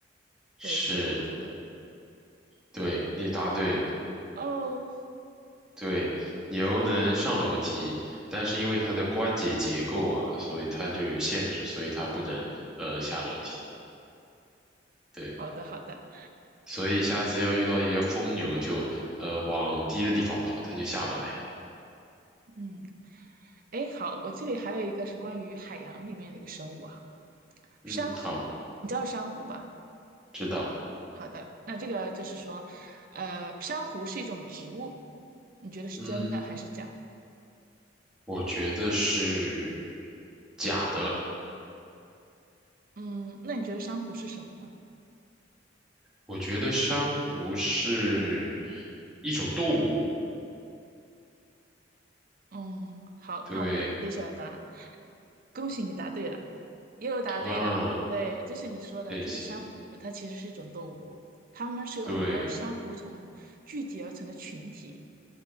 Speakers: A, in the centre; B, on the right.
A: 是，
B: 对，所以我觉得，
A: 对，你答对了。
B: 哦，
A: 对，牛能上楼梯，
B: 我太棒了，
A: 但是因为它的关节结构啊，所以它就有限制，所以它不能呃下楼梯。对，
B: 好的好的，
A: 所以下次要遇到一些疯牛就，呃往低的地方跑，它就下不来。
B: 嗯。哎，好，我这里还有一个是关于海洋里面的一个生物哈，
A: 嗯，
B: 珊瑚，
A: 好，
B: 你知道珊瑚吧？
A: 知道。
B: 好的，那这个就是说，呃，珊瑚是一种植物，你觉得是真的还是假的？
A: 嗯，我觉得是假的。
B: 嗯，那你觉得珊瑚是什么呢？
A: 我觉得珊瑚是一种动物。
B: 嗯，好，
A: 对，
B: 让我们来揭晓答案。恭喜你答对了，又答对了。
A: 啊，
B: 对，就是你说的，
A: 谢谢。
B: 就是珊瑚，它其实是一种动物，它们是由很多珊瑚虫聚集而成的群体，
A: 对，